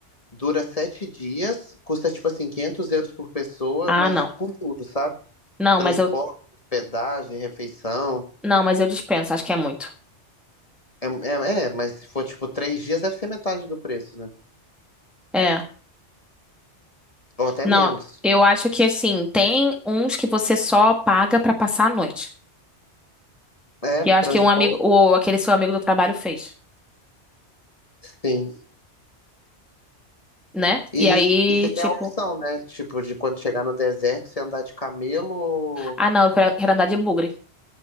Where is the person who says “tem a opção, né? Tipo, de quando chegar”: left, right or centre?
Left